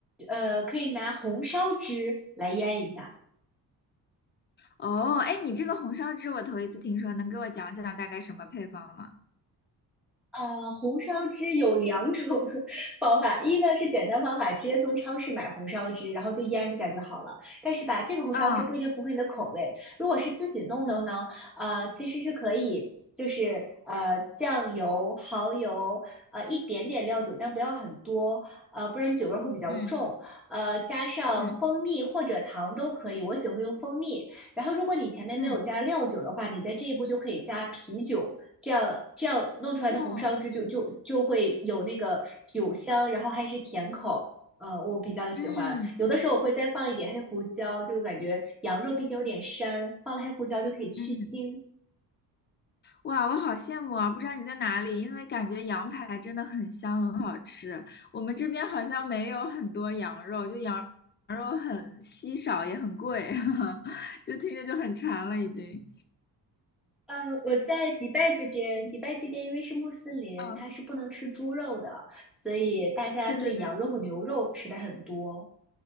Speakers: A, in the centre; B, on the left.
A: 呃，可以拿红烧汁来腌一下。
B: 哦，哎，你这个红烧汁我头一次听说，能给我讲讲大概什么配方吗？
A: 呃，红烧汁有两种 <laughs> 方法，一呢是简单方法，直接从超市买红烧汁，然后就腌一下就好了。但是吧，这个红烧汁不一定符合你的口味。
B: 啊，
A: 如果是自己弄的呢，
B: 嗯
A: 呃，其实是可以，就是呃酱油、蚝油，呃一点点料酒，但不要很多，呃，不然酒味儿会比较重。
B: 嗯
A: 呃，加上蜂蜜或者糖都可以，
B: 嗯
A: 我喜欢用蜂蜜。然后，如果你前面没有加料酒的话，
B: 嗯，
A: 你在这一步就可以加啤酒。这样这样弄出来的红烧汁就就就会有那个酒香，
B: 哦，
A: 然后还是甜口，呃，我比较喜欢。
B: 嗯
A: 有的时候我会再放一点黑胡椒，就感觉羊肉毕竟有点膻，放了黑胡椒就可以去腥。
B: 嗯。哇，我好羡慕啊！不知道你在哪里，因为感觉羊排真的很香，很好吃。我们这边好像没有很多羊肉，就羊羊肉很稀少，也很贵，<laughs> 就听着就很馋了已经。
A: 呃，我在迪拜这边，迪拜这边因为是穆斯林，
B: 嗯，
A: 它是不能吃猪肉的，所以大家对羊肉和牛肉吃的很多。
B: 对对对，